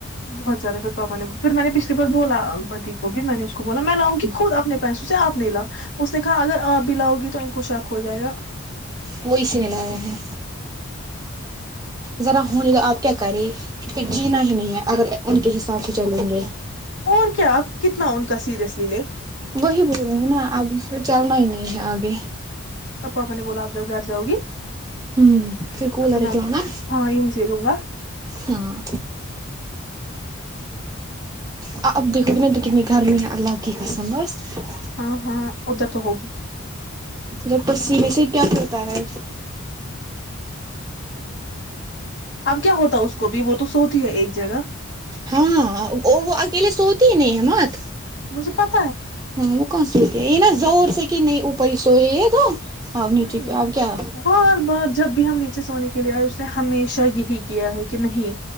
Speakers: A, on the left; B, on the right.
A: بہت زیادہ سر پا نے پھر میں نے پچھ پر بولا پتی کو بھی میں نے اس کو بولا میں لاؤں کہ خود اپنے پیس تے آپ نہیں لا اس نے کہا اگر آپ بھی لاؤ گی تو ان کو شک ہو جائے گا
B: وہ اسے نے لایا ہیں ذرا ہونے توا آپ کیا کریں جینا ہی نہیں ہے اگر ان کے حساب سے چلیں گے
A: اور کیا <inaudible> کتنا ان کا سیریئس لی لے <inaudible>
B: وہی بول رہی ہوں نا اب پھر چلنا ہی نہیں ہے آگے
A: توپاپ نے بولا آپ جب گھر جاؤ گی
B: ہوں پھر کولر
A: تو میں
B: ایک
A: آپ
B: لانا
A: کو ہاں یہیں سے دوں گا
B: ہاں آ اب دیکھو د کتنینی گرمی ہے اللہق کی قسم بس <unintelligible>
A: ہاں ہاں ادھر تو ہوگی <inaudible>
B: جب پیم سے کیا کرتا ہے
A: اب کیا ہوتا اس کو بھی وہ تو سوتی ہے ایک جگہ
B: ہاں اور وہ اکیلے سوتی ہی نہیں ہممات
A: مجھفت <unintelligible>
B: ہاں وہ کون سوتی ا ن زور سے <inaudible> کہ نہیں اوپری سوئے یہ تو <inaudible> نیچے
A: ہ
B: آپ کیا
A: بار بار جب بھی ہم نیچے سونے کے لیے آئے اس ہمیشہ یہی کیا ہے کہ نہیں